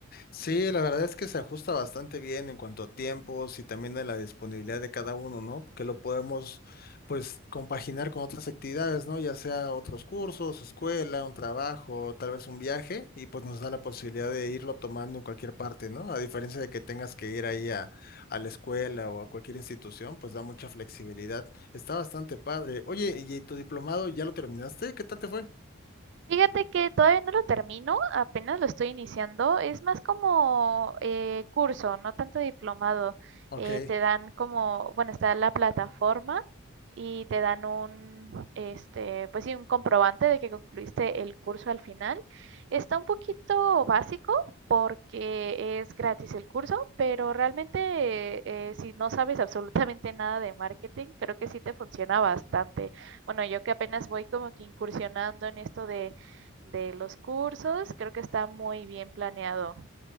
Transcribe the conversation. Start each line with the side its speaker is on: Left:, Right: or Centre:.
Left: Sí, la verdad es que se ajusta bastante bien en cuanto a tiempos y también de la disponibilidad de cada uno, ¿no? Que lo podemos, pues, compaginar con otras actividades, ¿no? Ya sea otros cursos, escuela, un trabajo, tal vez un viaje, y pues nos da la posibilidad de irlo tomando en cualquier parte, ¿no? A diferencia de que tengas que ir ahí a, a la escuela o a cualquier institución, pues da mucha flexibilidad. Está bastante padre. Oye, ¿y tu diplomado ya lo terminaste? ¿Qué tal te fue?
Right: Fíjate que todavía no lo termino, apenas lo estoy iniciando. Es más como eh, curso, no tanto diplomado.
Left: Ok.
Right: Eh, te dan como, bueno, está la plataforma y te dan un, este, pues sí, un comprobante de que concluiste el curso al final. Está un poquito básico porque es gratis el curso, pero realmente eh, si no sabes <laughs> absolutamente nada de marketing, creo que sí te funciona bastante. Bueno, yo que apenas voy como que incursionando en esto de de los cursos. Creo que está muy bien planeado